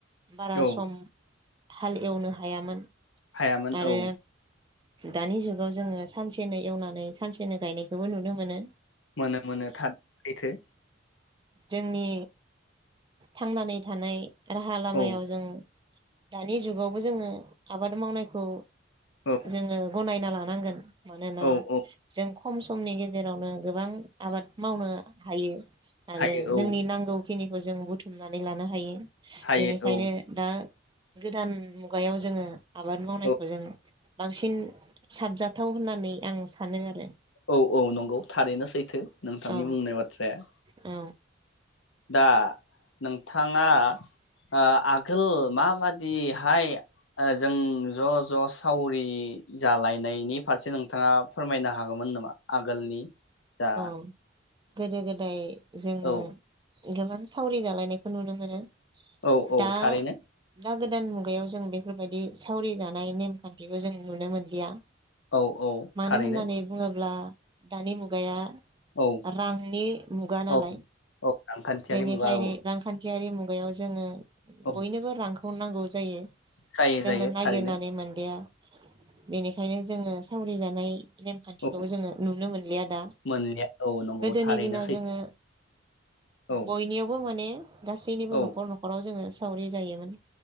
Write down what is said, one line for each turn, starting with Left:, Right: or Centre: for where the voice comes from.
Right: बारा
Left: औ
Right: सम हाल एवनो हायामोन।
Left: हायामोन
Right: आरो
Left: औ।
Right: दानि जुगाव जोङो सानसेनो एवनानै सानसेनो गायनायखौबो नुनो मोनो।
Left: मोनो मोनो थाद सैथो।
Right: जोंनि थांनानै थानाय राहा लामायाव
Left: औ
Right: जों दानि जुगावबो जोङो आबाद मावनायखौ
Left: औ
Right: जोङो गनायना लानो नांगोन। मानोना
Left: औ औ
Right: जों खम समनि गेजेरावनो गोबां आबाद मावनो हायो। आरो
Left: हायो
Right: जोंनि
Left: औ
Right: नांगौ खिनिखौ जों बुथु नानै लानो हायो।
Left: हायो
Right: बेनिखायनो
Left: औ
Right: दा गोदान मुगायाव जोङो आबाद मावनायखौ
Left: औ
Right: जों बांसिन साबजाथाव होननानै आं सानो आरो।
Left: औ औ नंगौ थारैनो सैथो नोंथांनि
Right: औ
Left: बुंनाय बाथ्राया।
Right: औ
Left: दा नोंथाङा ओ आगोल माबादिहाय ओ जों ज' ज' सावरि जालायनायनि फारसे नोंथाङा फोरमायनो हागौमोन नामा? आगोलनि जा
Right: औ गोदो गोदाय जोङो
Left: औ
Right: गोबां सावरि जालायनायखौ नुनो मोनो।
Left: औ औ
Right: दा
Left: थारैनो।
Right: दा गोदान मुगायाव जों बेफोरबायदि सावरि जानाय नेमखान्थिखौ जों नुनो मोनलिया।
Left: औ औ
Right: मानो
Left: थारैनो
Right: होननानै बुङोब्ला दानि मुगाया
Left: औ
Right: रांनि मुगा नालाय
Left: औ औ रांखान्थियारि
Right: बेनिखायनो
Left: मुगा औ
Right: रांखान्थि थियारि मुगायाव जोङो
Left: औ
Right: बयनोबो रां खौ नांगौ जायो।
Left: जायो
Right: जोङो
Left: जायो
Right: नागिरनानै
Left: थारैनो
Right: मोनदिया बेनिखायनो जोङो सावरि जानाय नेमखान्थिखौबो
Left: औ
Right: जोङो नुनो मोनलिया दा
Left: मोनलिया औ नंगौ
Right: गोदोनि
Left: थारैनो
Right: दिनाव जोङो
Left: सैथो
Right: बयनियावबो माने गासैनिबो
Left: औ
Right: नख'र नख'राव जोङो सावरि जायोमोन।